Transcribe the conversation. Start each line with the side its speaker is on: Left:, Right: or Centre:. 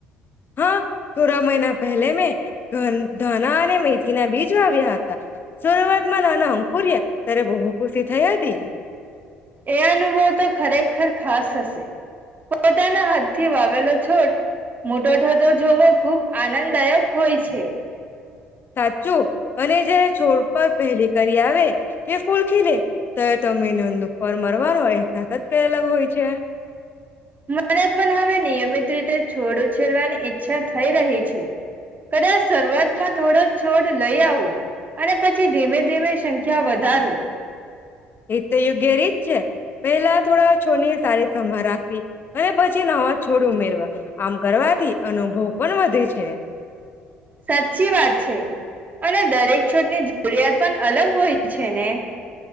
Left: હા થોડા મહિના પેહલા મેં ધાના અને મેથીના બીજ વાવ્યા હતા. શરૂઆત માં નાના અંકુર્યા ત્યારે બહુ ખુશી થઈ હતી
Right: એ અનુભવ તો ખરેખર ખાસ હશે પોતાના હાથથી વાવેલો છોડ મોટો થતો જોવો ખૂબ આનંદદાયક હોય છે
Left: સાચું અને જે છોડ પર પહેલી કરી આવે કે ફૂલ ખી લે તો તમે ન નુફર મરવાનો અહેસાસ જ કયા અલગ હોય છે
Right: મને પણ હવે નિયમિત રીતે છોડ ઉછેરવાની ઈચ્છા થઈ રહી છે કદાચ શરૂઆતમાં થોડો છોડ લઈ આવો અને પછી ધીમે ધીમે સંખ્યા વધારો
Left: એ તો યોગ્ય રીત છે પહેલા થોડા છોની સારી સંભાળ રાખવી અને પછી નવા છોડ ઉમેરવા આમ કરવાથી અનુભવ પણ વધે છે
Right: સાચી વાત છે અને દરેક છોડની જરૂરિયાત પણ અલગ હોય છે ને